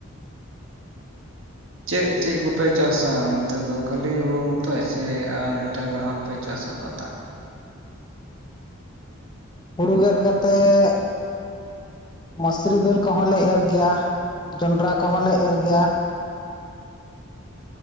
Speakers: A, on the right; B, on the left.
A: ᱪᱮᱫ ᱪᱮᱫ ᱠᱚᱯᱮ ᱪᱟᱥᱟ ᱚᱱᱹᱛᱮ ᱫᱚ ᱠᱷᱟᱹᱞᱤ ᱦᱩᱲᱩ ᱢᱚᱛᱚᱡ ᱥᱮ ᱟᱨ ᱮᱴᱟᱜᱟᱜᱹ ᱦᱚᱸᱯᱮ ᱪᱟᱥᱟ ᱵᱟᱛᱟᱠᱹ
B: ᱦᱩᱲᱩ ᱜᱮᱫ ᱠᱟᱛᱮᱼᱜ ᱢᱟᱥᱨᱤ ᱫᱟᱹᱞ ᱠᱚᱦᱚᱸ ᱞᱮ ᱮᱨ ᱜᱮᱭᱟ ᱡᱚᱸᱰᱨᱟ ᱠᱚᱦᱚᱸᱞ ᱞᱮ ᱮᱨ ᱜᱮᱭᱟ